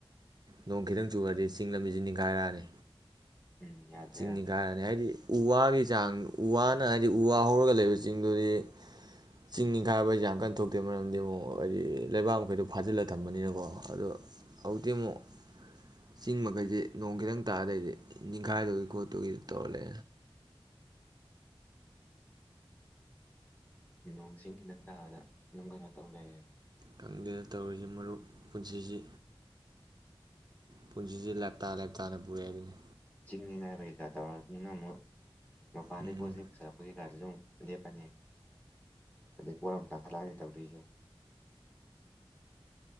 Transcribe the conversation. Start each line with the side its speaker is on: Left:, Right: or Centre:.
Right: ꯅꯣꯡ ꯈꯤꯇꯪ ꯆꯨꯔꯗꯤ ꯆꯤꯡ ꯂꯝꯕꯤꯁꯤ ꯅꯤꯡꯈꯥꯏꯔꯛꯑꯅꯤ
Left: ꯎꯝ ꯌꯥꯗ꯭ꯔꯦ
Right: ꯆꯤꯡꯅꯤ
Left: ꯌꯥꯗ꯭ꯔꯦ
Right: ꯀꯥꯏꯔꯅꯤ ꯍꯥꯏꯗꯤ ꯎ ꯋꯥꯒꯤ ꯆꯥꯡ ꯋꯥꯅ ꯍꯥꯏꯗꯤ ꯎ ꯋꯥ ꯍꯧꯔꯒ ꯂꯩꯕ ꯆꯤꯡꯗꯨꯗꯤ ꯆꯤꯡ ꯅꯤꯡꯈꯥꯏꯕ ꯍꯥꯏꯁꯦ ꯌꯥꯝ ꯀꯟ ꯊꯣꯛꯇꯦ ꯃꯔꯝꯗꯤ ꯑꯃꯨꯛ ꯍꯥꯏꯗꯤ ꯂꯩꯕꯥꯛ ꯃꯈꯩꯗꯣ ꯐꯥꯖꯤꯜꯂ ꯊꯝꯕꯅꯤꯅꯀꯣ ꯑꯗꯣ ꯍꯧꯖꯤꯛꯇꯤ ꯑꯃꯨꯛ ꯆꯤꯡ ꯃꯈꯩꯁꯤꯦ ꯅꯣꯡ ꯈꯤꯇꯪ ꯇꯥꯔꯗꯗꯤ ꯅꯤꯡꯈꯥꯏꯗꯒꯤ ꯈꯣꯠꯇꯒꯤ ꯇꯧꯔꯂꯦ
Left: ꯅꯣꯡ ꯆꯤꯡ ꯈꯤꯗꯪ ꯇꯥꯕꯗ ꯑꯗꯨꯝ ꯀꯩꯅꯣ ꯇꯧ ꯂꯩꯔꯦ
Right: ꯈꯪꯗꯦꯗ ꯇꯧꯔꯤꯁꯤ ꯃꯔꯨꯞ ꯄꯨꯟꯁꯤꯁꯤ ꯄꯨꯟꯁꯤꯁꯦ ꯂꯥꯏꯞꯇꯥ ꯂꯥꯏꯞꯇꯥꯅ ꯄꯨꯔꯦ ꯍꯥꯏꯗꯨꯅꯤ
Left: ꯆꯤꯡꯅꯤꯉꯥꯏ ꯂꯩꯀꯥ ꯇꯧꯔꯗꯤꯅ ꯑꯃꯨꯛ ꯃꯄꯥꯟꯗꯩ
Right: ꯎꯝ
Left: ꯄꯣꯠ-ꯆꯩ ꯄꯨꯁꯤꯜꯂꯛꯄꯁꯤ ꯄꯥꯗꯁꯨ ꯑꯃꯨꯛ ꯂꯦꯞꯄꯅꯤ ꯑꯗꯩ ꯄꯣꯠ ꯑꯃꯨꯛ ꯇꯥꯡꯈꯠꯂꯛꯑꯅꯤ ꯇꯧꯗꯣꯏꯁꯦ